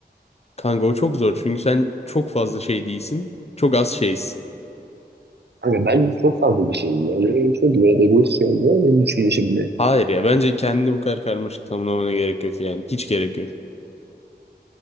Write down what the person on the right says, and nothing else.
Kanka ben çok fazla bir şeyim yani. Yani Çok güzel egoist bir şey oldu. Benim düşünce şimdi.